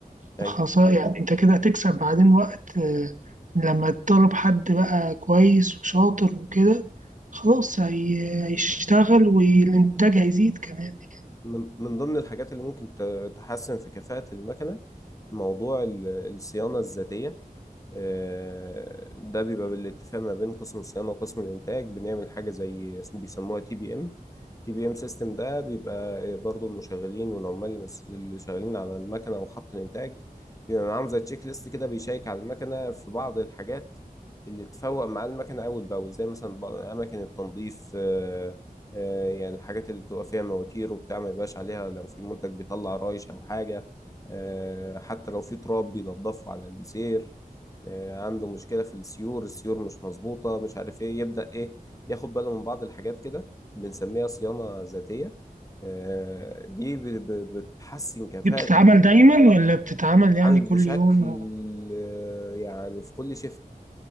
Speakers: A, on the left; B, on the right.
A: ايوه
B: ده خسارة يعني انت كده هتكسب بعدين وقت آه، لما تطلب حد بقى كويس وشاطر وكده خلاص هي- هيشتغل والإنتاج هيزيد كمان يعني
A: من من ضمن الحاجات اللي ممكن ت- تحسن في كفاءة المكنة موضوع ال- الصيانة الذاتية آه، ده بيبقى بالاتفاق ما بين قسم الصيانة وقسم الإنتاج بنعمل حاجة زي بيسموها تي بي إم تي بي إم سيستم ده بيبقى برضو المشغلين والعمال اللي شغالين على المكنة وخط الإنتاج بيبقى معاهم زي تشيك ليست كده بيشيك على المكنة في بعض الحاجات اللي تفوق مع المكنة أول بأول زي مثلا بق- أماكن التنظيف آه، آه، يعني الحاجات اللي بتبقى فيها مواتير وبتاع ما يبقاش عليها لو في منتج بيطلع رايش أو حاجة آه، حتى لو في تراب بينضفه على السير آه، عنده مشكلة في السيور السيور مش مظبوطة مش عارف ايه يبدأ ايه ياخد باله من بعض الحاجات كده بنسميها صيانة ذاتية آه، دي ب- ب- بتحسن كفاءة
B: دي بتتعمل
A: الخط
B: دايما ولا بتتعمل يعني
A: عامل
B: كل
A: بشكل
B: يوم
A: آه، يعني في كل شيفت